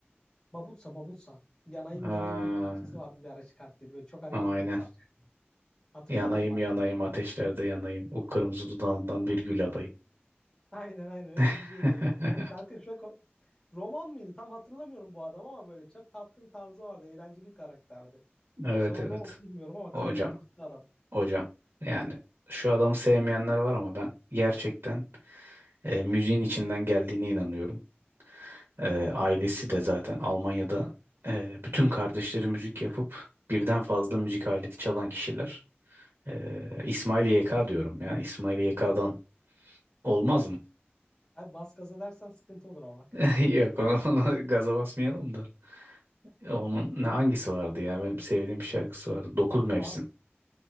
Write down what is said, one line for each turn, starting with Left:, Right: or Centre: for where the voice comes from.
Left: Babutsa Babutsa. Yanayım
Right: Aa,
Left: yanayım diye bir parçası vardı bir ara çıkarttıydı. Böyle çok hareketli
Right: aynen.
Left: bir parça. Hatırlıyor
Right: Yanayım
Left: musun o parça?
Right: yanayım ateşlerde yanayım. O kırmızı dudağından bir gül alayım.
Left: Aynen aynen öyle
Right: <laughs>
Left: bir şeydi. ya. Onun şarkı çok roman mıydı? Tam hatırlamıyorum bu adam ama böyle çok tatlı bir tarzı vardı. Eğlenceli bir karakterdi.
Right: Evet
Left: Sonra
Right: evet.
Left: ne oldu bilmiyorum ama
Right: Hocam
Left: kayboldu gitti adam.
Right: hocam. Yani şu adamı sevmeyenler var ama ben gerçekten e, müziğin içinden geldiğine inanıyorum. E, ailesi de zaten Almanya'da e, bütün kardeşleri müzik yapıp birden fazla müzik aleti çalan kişiler. Ee, İsmail YK diyorum ya. İsmail YK'dan olmaz mı?
Left: Abi bas gaza dersen sıkıntı olur ama bak.
Right: <laughs> Yok onu, onu gaza basmayalım da. Onun ne hangisi vardı ya? Benim sevdiğim bir şarkısı vardı. dokuz Mevsim.
Left: Abi